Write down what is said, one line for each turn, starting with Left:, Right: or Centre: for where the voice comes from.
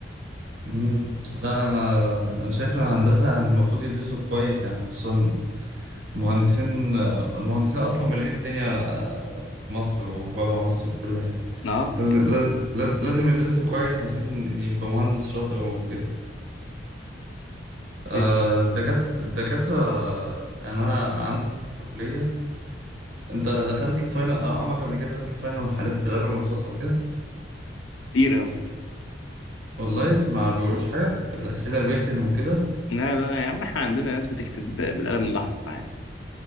Right: <laughs> مم. لا أنا أنا شايف إن الهندسة يعني المفروض يدرسوا كويس يعني خصوصا المهندسين المهندسين أصلا مالين الدنيا في مصر وبره مصر وفي كل حتة
Left: اه
Right: لازم لازم لازم يدرسوا كويس عشان يبقى مهندس شاطر وكده آه،
Left: يعني
Right: الدكات- الدكاترة أنا عندي في الكلية انت دخلت الفاينل أو عمرك قبل كده دخلت فاينل محلات بالقلم الرصاص وكده
Left: كتير أوي
Right: والله ما بيقولوش حاجه الاسئله ريتن وكده
Left: لا لا يا عم احنا عندنا ناس بتكتب بالقلم الأحمر عادي